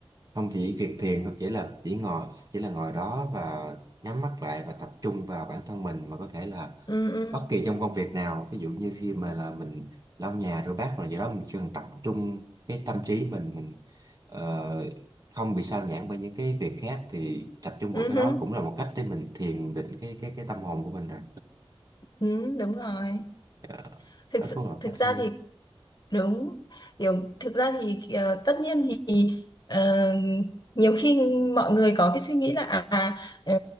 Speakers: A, on the right; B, on the left.
A: không chỉ việc thiền không chỉ là chỉ ngồi chỉ là ngồi đó và nhắm mắt lại và tập trung vào bản thân mình mà có thể là
B: ừ ừ
A: bất kỳ trong công việc nào ví dụ như khi mà là mình lau nhà rửa bát hoặc là gì đó mình chỉ cần tập trung cái tâm trí mình mình ờ, không bị sao nhãng bởi những cái việc khác thì tập trung
B: ừ
A: vào cái
B: ừ,
A: đó cũng là một cách để mình thiền định cái cái cái tâm hồn của mình rồi
B: ừ, đúng rồi
A: Ờ,
B: thực
A: đó
B: sự
A: cũng là một
B: thực
A: cách
B: ra
A: hay
B: thì Đúng, kiểu thực ra thì ờ, tất nhiên thì ờ, nhiều khi mọi người có cái suy nghĩ là à ờ,